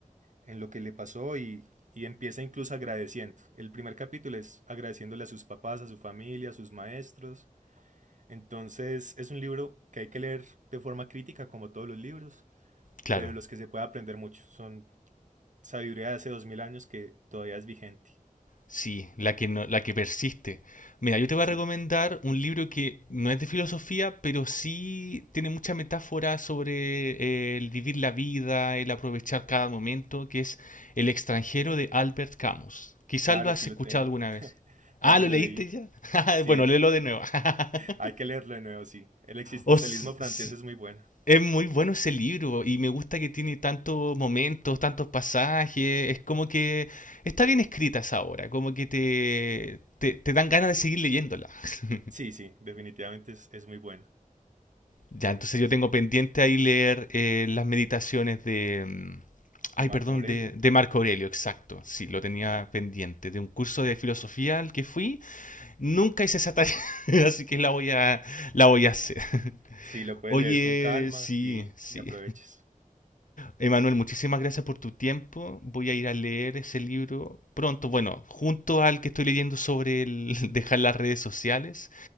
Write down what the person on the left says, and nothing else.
Claro.
Sí, la que no, la que persiste. Mira, yo te voy
a recomendar un libro que no es de filosofía, pero sí tiene mucha metáfora sobre eh, el vivir la vida, el aprovechar cada momento, que es El extranjero de Albert Camus. Quizás
lo has
escuchado
alguna
vez. Ah,
¿lo
leíste
ya?
<laughs> Bueno, léelo de nuevo. <laughs>
O s-
es muy bueno ese libro y me gusta que tiene tantos momentos, tantos pasajes. Es como que está bien escrita esa obra, como que te, te, te dan ganas de seguir leyéndola. <laughs>
Ya, entonces
yo tengo pendiente ahí leer eh, las meditaciones de... mm,
Ay,
perdón,
de, de Marco Aurelio, exacto. Sí, lo tenía
pendiente. De un curso de filosofía al que fui. Nunca hice esa tarea, <laughs> así que la voy a, la voy a hacer.
Oye,
sí,
sí.
Emanuel, muchísimas gracias por tu tiempo. Voy a ir a leer ese libro pronto. Bueno, junto al que estoy leyendo sobre el <laughs> dejar las redes sociales,